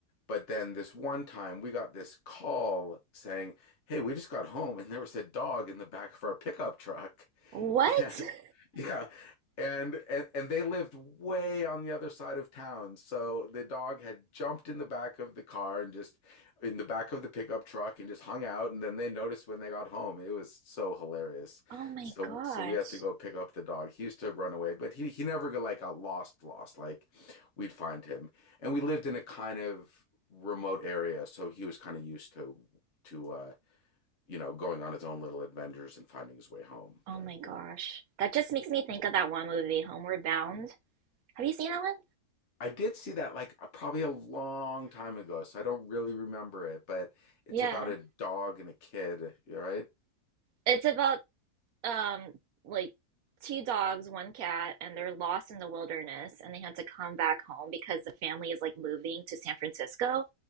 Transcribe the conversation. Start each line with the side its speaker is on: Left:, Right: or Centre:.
Left: but then this one time we got this call saying, Hey, we just got home and there was a dog in the back of our pickup truck.
Right: What?
Left: <laughs> And
Right: <laughs>
Left: yeah. And, and and they lived way on the other side of town. So the dog had jumped in the back of the car and just in the back of the pickup truck and just hung out. And then they noticed when they got home. It was so hilarious.
Right: Oh my
Left: So
Right: gosh.
Left: so we had to go pick up the dog. He used to run away, but he he never got like got lost, lost. Like we'd find him. And we lived in a kind of remote area, so he was kind of used to to uh, you know, going on his own little adventures and finding his way home.
Right: Oh
Left: But
Right: my gosh. That just makes me think of that one movie, Homeward Bound. Have you seen that one?
Left: I did see that like uh, probably a long time ago, so I don't really remember it, but it's
Right: Yeah.
Left: about a dog and a kid, you're right?
Right: It's about um like two dogs, one cat, and they're lost in the wilderness and they had to come back home because the family is like moving to San Francisco.